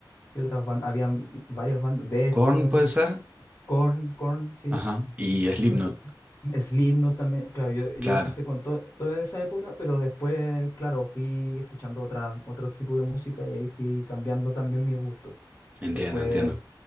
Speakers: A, on the left (about 40°); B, on the right (about 20°).
A: y otras bandas. Habían varias bandas, Deftones,
B: Korn puede ser.
A: Korn, Korn, sí.
B: Ajá. Y Slipknot,
A: Entonces, <clears throat> Slipknot también. Claro, yo, yo
B: claro.
A: empecé con to- toda esa época, pero después, claro, fui escuchando otra, otro tipo de música y ahí fui cambiando también mis gustos.
B: Entiendo,
A: Después
B: entiendo.